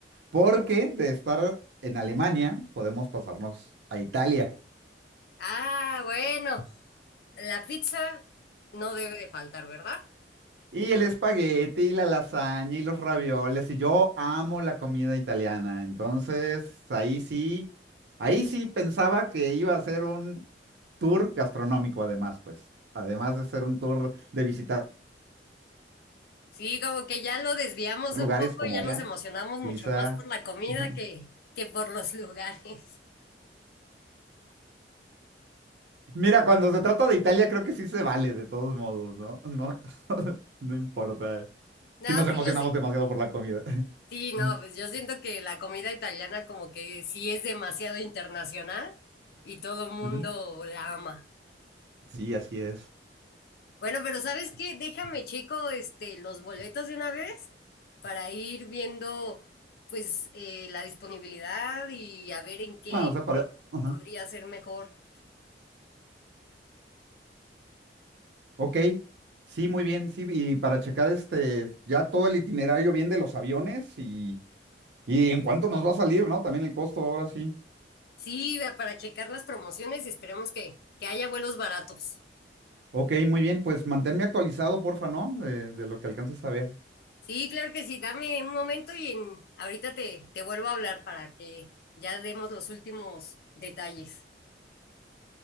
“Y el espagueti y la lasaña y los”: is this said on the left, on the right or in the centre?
Right